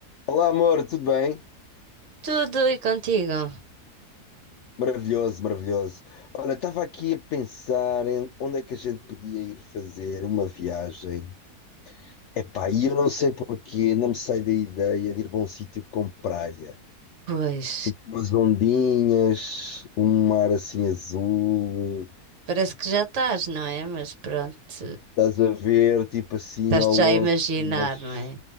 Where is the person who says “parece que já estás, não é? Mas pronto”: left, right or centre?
Right